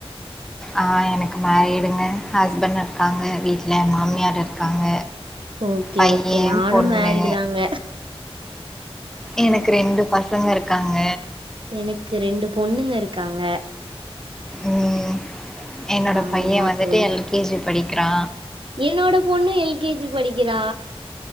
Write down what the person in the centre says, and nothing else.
அ எனக்கு மேரீடுங்க ஹஸ்பண்ட் இருக்காங்க வீட்ல மாமியார் இருக்காங்க
பைய
பொண்ணு
எனக்கு ரெண்டு பசங்க இருக்காங்க
ம் என்னோட
பைய வந்துட்டு
எல் கே ஜி படிக்கிறா